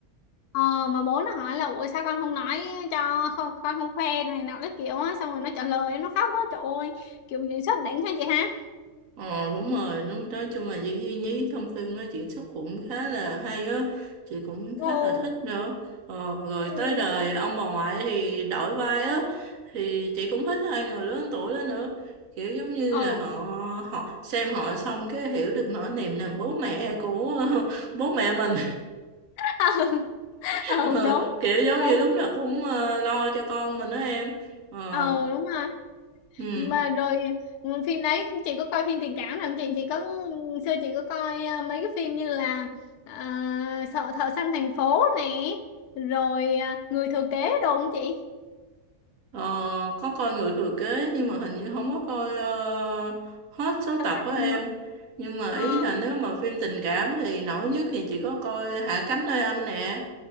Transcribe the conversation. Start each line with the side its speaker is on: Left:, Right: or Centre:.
Left: Ờ, mà bố nó hỏi là ủa sao con không nói cho không, con không khoe rồi này nọ cái kiểu á xong rồi nó trả lời nó khóc quá trời ơi kiểu diễn xuất đỉnh ha chị ha
Right: Ờ đúng rồi, đúng nói chung là diễn viên nhí trong phim nó diễn xuất cũng khá là hay á, chị cũng
Left: Ồ,
Right: khá là thích nữa. Ờ, rồi
Left: ừ.
Right: tới đời ông bà ngoại thì đổi vai á, thì chị cũng thích hai người lớn tuổi đó nữa. Kiểu giống như
Left: Ờ
Right: là họ họ xem họ xong cái hiểu được nỗi niềm làm bố mẹ của <laughs> bố mẹ mình.
Left: <laughs>
Right: <laughs>
Left: ừ
Right: Ờ,
Left: đúng
Right: kiểu giống
Left: đúng
Right: như lúc nào cũng ờ, lo cho con mình đó em. Ờ,
Left: ờ đúng rồi
Right: ừ.
Left: mà rồi ừ, phim đấy chị có coi phim tình cảm nào không chị chị có xưa chị có coi ờ, mấy cái phim như là ờ, sợ thợ săn thành phố nè rồi ờ, người thừa kế đồ không chị
Right: Ờ, có coi người thừa kế nhưng mà hình như không có coi ờ, hết số
Left: thợ
Right: tập
Left: săn
Right: á
Left: thành
Right: em
Left: phố
Right: nhưng mà
Left: ờ
Right: ý là nếu mà phim tình cảm thì nổi nhất thì chỉ có coi Hạ cánh nơi anh nè